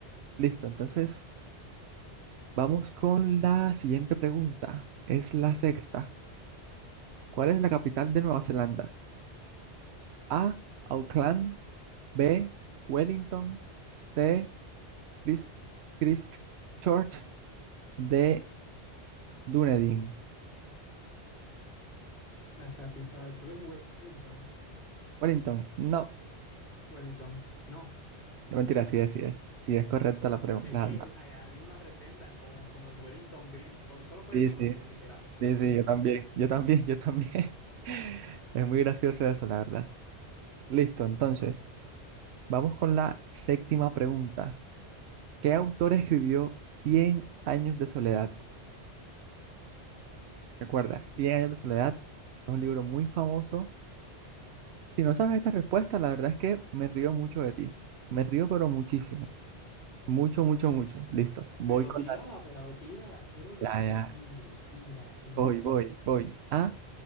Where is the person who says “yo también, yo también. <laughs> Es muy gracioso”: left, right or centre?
Right